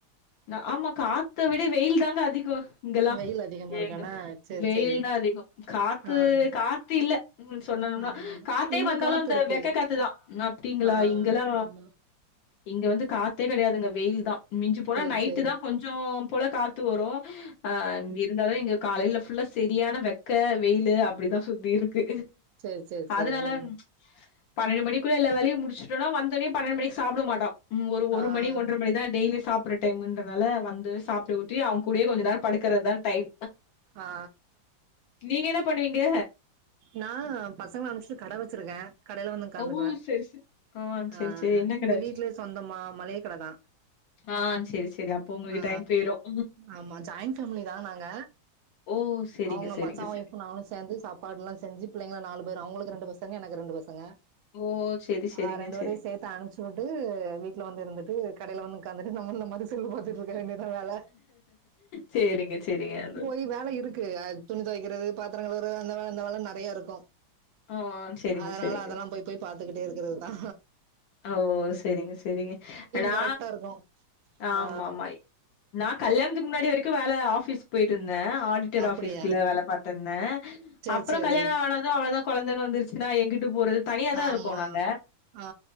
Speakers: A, on the left (about 75°); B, on the right (about 80°).
A: நா ஆமாங் காத்த விட வெயில் தாங்க அதிகோ இங்கெல்லா
B: வெயில் அதிகமா இருக்கு
A: ஏங்க
B: என்ன சேரி
A: வெயில்
B: சேரி
A: தா அதிகோ காத்து
B: ஆ
A: காத்து இல்ல ம் சொன்னணும்னா
B: ஆ
A: காத்தே
B: இங்க
A: வந்தாலு
B: காத்து
A: அந்த
B: இருக்கு
A: வெக்க காத்துதா அப்டிங்களா
B: ஆ
A: இங்கெல்லா
B: ஆமா
A: இங்க வந்து காத்தே கெடையாதுங்க வெயில் தா மிஞ்சு போனா
B: சேரி
A: நைட்டு
B: சேரி
A: தா கொஞ்சம் போல காத் து வரு ஆ ம் எத் இருந்தாலு இங்க காலையில புல்லா செரியான வெக்க வெயிலு அப்டிதா சுத்தி இருக்கு
B: சேரி சேரி சேரி
A: அதனால
B: ஆ
A: பன்னெண்டு மணிக்குள்ள எல்லா வேலையு முடிச்சுட்டோனா வந் பன்னெண்டு மணிக்கு சாப்பிட மாட்டோ ஒரு
B: ஆ
A: மணி ஒன்றரை மணிதா டெய்லி சாப்புற டைமுன்றதால வந்து சாப் டியூட்டி அவங்க கூடயே கொஞ்ச நேரோ படுக்கறதா டைம்
B: ஆ
A: நீங்க என்ன பண்ணுவீங்க
B: நா பசங்கள அனுப்புச்சிட்டு கடை வெச்சிருக்கே கடையில வந்து உக்காந்துக்குவ
A: ஓ! சரி, சரி.
B: ஆ
A: சரி, சரி. என்ன கடை
B: இங்க
A: வச்சிருக்கீங்க?
B: வீட்லயே சொந்தமா மளிக்க கடைதா
A: ஆ சரி, சரி. அப்போ உங்களுக்கு
B: ஆ
A: டைம் போயிரும்.
B: ஆமா ஜாயிண்ட் ஃபேமிலி தா நாங்க
A: ஓ! சரிங்க,
B: அவுங்க
A: சரிங்க,
B: மச்சா வைஃப்
A: சரி.
B: நாங்களு சேர்ந்து சாப்பாடு எல்லா செஞ்சு பிள்ளைங்கள நாலு பேரு அவ்ங்களுக்கு ரெண்டு பசங்க எனக்கு ரெண்டு பசங்க
A: ஓ! சரி, சரிங்க,
B: ஆ ரெண்டு பேரையு
A: சரி.
B: சேத் அனுப்புச்சிவுட்டு வீட்ல வந்து இருந்துட்டு கடையில வந்து உக்காந்துட்டு நம்ம இந்த மாரி செல்லு பாத்துட்டு இருக்க வேண்டியதா வேல
A: சேரிங்க சேரிங்க அது
B: த்தி வேல இருக்கு துணி தொவைக்கிறது பாத்திர கழுவுறது அந்த வேல இந்த வேலன் நெறைய இருக்கு
A: ஓ! சரிங்க,
B: அதனால
A: சரிங்க.
B: அதல்லா போய் போய் பாத்துக்கிட்டே இருக்கறதுதா
A: அ ஓ சேரிங்க சேரிங்க நா
B: கரெக்டா இருக்கும்
A: ஆமாம்மா
B: ஆ
A: நா கல்யணத்துக்கு முன்னாடி வரைக்கு வேல ஆபிஸ் போயிட்டுருந்தே ஆடிட்டர்
B: அப்படியா
A: ஆஃபிஸ்ல வேல பாத்திந்தே
B: சேரி
A: அப்புற
B: சேரி
A: கல்யாணோ ஆனது அவ்ளோதா கொழந்த வந்துருச்சுன்னா எங்குட்டு போறது தனியா தா
B: ஆமா
A: இருக்கோ நாங்க
B: ஆ